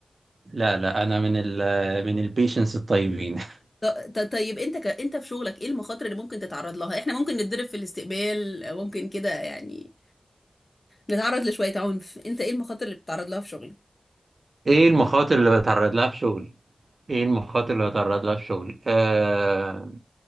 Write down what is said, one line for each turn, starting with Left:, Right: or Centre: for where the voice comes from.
Right: لا لا انا من ال من البيشنس الطيبين
Left: ط- ط- طيب انت ك... انت في شغلك ايه المخاطر اللي ممكن تتعرض لها احنا ممكن نتضرب في الاستقبال أو ممكن كده يعني نتعرض لشوية عنف انت ايه المخاطر اللي بتتعرض لها في شغلك
Right: <laughs> ايه المخاطر اللي بتعرض لها في شغلي ايه المخاطر اللي بتعرض لها في شغلي آه